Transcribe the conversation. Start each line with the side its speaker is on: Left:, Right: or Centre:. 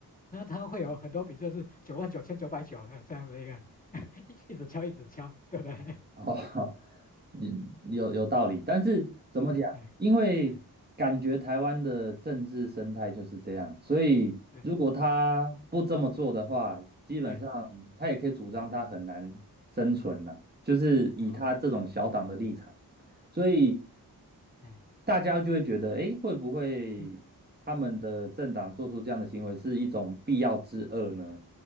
Left: 那它会有很多笔，就是九万九千九百九的这样子一个，<laughs> 一一直敲一直敲，对不对？
Right: 哦，<laughs> 你有有道理，但是怎么讲？
Left: <laughs> 是，哎，
Right: 因为感觉台湾的政治生态就是这样，
Left: 哎，嗯
Right: 所以如果他不这么做的话，
Left: 对
Right: 基本上他也可以主张他很难生存了，
Left: 对，
Right: 就是以他这种小党的立场，
Left: 啊，
Right: 所以。
Left: 哎，
Right: 大家就会觉得，诶，会不会他们的政党做出这样的行为是一种必要之恶呢？
Left: 嗯嗯